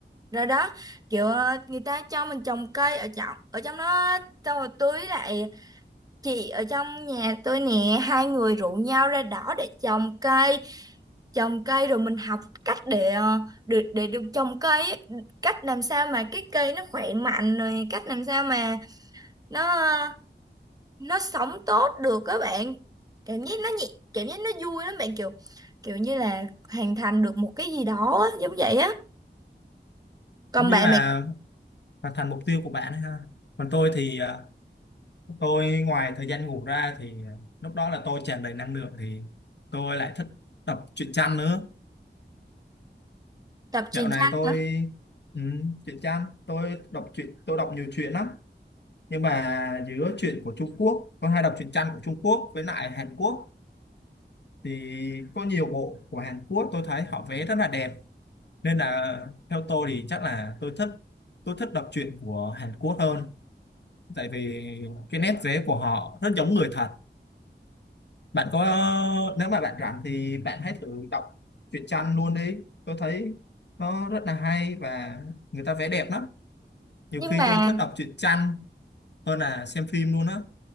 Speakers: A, on the right; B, on the left.
A: rồi đó kiểu ờ, người ta cho mình trồng cây ở trong ở trong đó xong rồi tưới lại chị ở trong nhà tôi nè hai người rủ nhau ra đó để trồng cây trồng cây rồi mình học cách để ờ, để để được trồng cây ấy. cách làm sao mà cái cây nó khỏe mạnh rồi cách làm sao mà nó ờ, nó sống tốt được các bạn cảm giác nó nhẹ cảm giác nó vui lắm bạn kiểu kiểu như là hoàn thành được một cái gì đó á, giống vậy á còn
B: giống như
A: bạn
B: là
A: bạn
B: hoàn thành mục tiêu của bạn ấy ha còn tôi thì ờ, tôi ngoài thời gian ngủ ra thì lúc đó là tôi tràn đầy năng lượng thì tôi lại thích đọc truyện tranh nữa
A: tập truyền
B: Dạo này
A: tranh
B: tôi
A: hả
B: ừ, truyện tranh tôi đọc truyện tôi đọc nhiều truyện lắm nhưng mà giữa truyện của Trung Quốc tôi hay đọc truyện tranh của Trung Quốc với lại Hàn Quốc thì có nhiều bộ của Hàn Quốc tôi thấy họ vẽ rất là đẹp nên là theo tôi thì chắc là tôi thích tôi thích đọc truyện của Hàn Quốc hơn tại vì cái nét vẽ của họ rất giống người thật bạn có nếu mà bạn rảnh thì bạn hãy thử đọc truyện tranh luôn đi tôi thấy nó rất là hay và người ta vẽ đẹp lắm nhiều
A: nhưng
B: khi
A: mà
B: tôi thích đọc truyện tranh hơn là xem phim luôn á